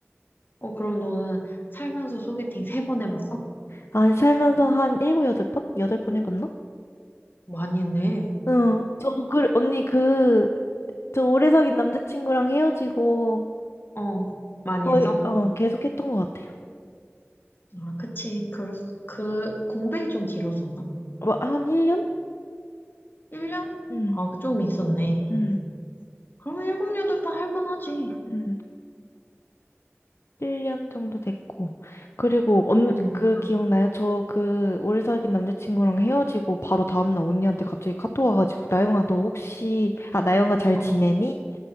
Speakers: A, on the left; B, on the left.
A: 어, 그럼 너는 살면서 소개팅 세 번 해봤어?
B: 아, 살면서 한 일곱, 여덟 번? 여덟 번 해봤나?
A: 많이 했네.
B: 응, 저, 그, 언니 그, 저 오래 사귄 남자친구랑 헤어지고,
A: 어, 어. 많이
B: 거의,
A: 했어?
B: 어, 계속 했던 것 같아요.
A: 아, 그치. 그, 그, 공백이 좀 길었었나?
B: 뭐, 한 1년?
A: 1년?
B: 음,
A: 아, 그좀 있었네.
B: 음,
A: 그러면 일곱, 여덟 번 할만하지.
B: 음. 1년 정도 됐고. 그리고, 언,
A: 응.
B: 그, 기억나요? 저 그, 오래 사귄 남자친구랑 헤어지고, 바로 다음날 언니한테 갑자기 카톡 와가지고, 나영아, 너 혹시, 아, 나영아 잘
A: 어,
B: 지내니?
A: 어,